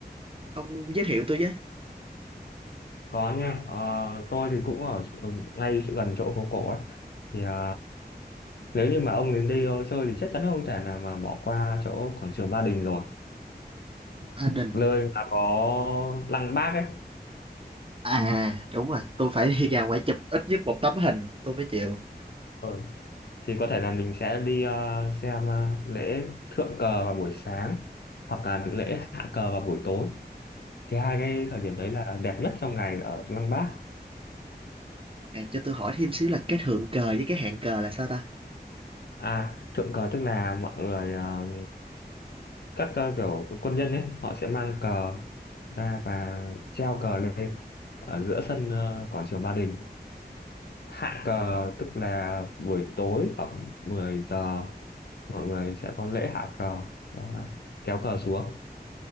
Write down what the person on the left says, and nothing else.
có nha Ờ, tôi thì cũng ở ngay gần chỗ phố cổ ấy thì ờ, nếu như mà ông đến đây ờ, chơi thì chắc chắn là không thể nào mà bỏ qua chỗ quảng trường Ba Đình rồi
nơi mà có lăng Bác ấy
Ờ, thì có thể là mình sẽ đi ờ, xem ờ, lễ thượng cờ vào buổi sáng hoặc là lễ hạ cờ vào buổi tối thì hai cái thời điểm đấy là đẹp nhất trong ngày ở Lăng Bác
à thượng cờ tức là mọi người ờ, các ờ, kiểu quân nhân ấy họ sẽ mang cờ ra và treo cờ lên ở giữa sân ờ, quảng trường Ba Đình hạ cờ tức là buổi tối khoảng 10 giờ mọi người sẽ có lễ hạ cờ đó là kéo cờ xuống